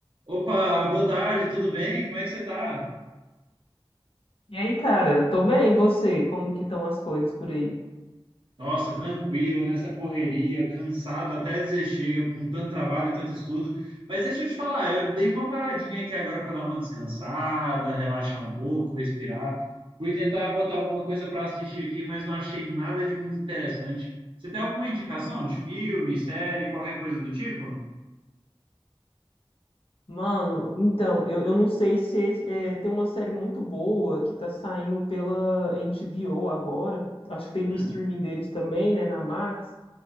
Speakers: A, on the right; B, on the left.
A: Opa, boa tarde, tudo bem? Como é que você tá?
B: E aí, cara, tô bem, e você? Como que estão as coisas por aí?
A: Nossa, tranquilo, nessa correria, cansado até dizer chega, com tanto trabalho, e tanto estudo. Mas deixa eu te falar, eu dei uma paradinha aqui agora para dar uma descansada, relaxar um pouco, respirar. Fui tentar botar alguma coisa para assistir aqui, mas não achei nada de muito interessante. Você tem alguma indicação de filme, série, qualquer coisa do tipo?
B: Mano, então, eu, eu não sei se é, é, tem uma série muito boa que tá saindo pela HBO agora. Acho que tem no
A: Hum.
B: streaming deles também, né, na Max.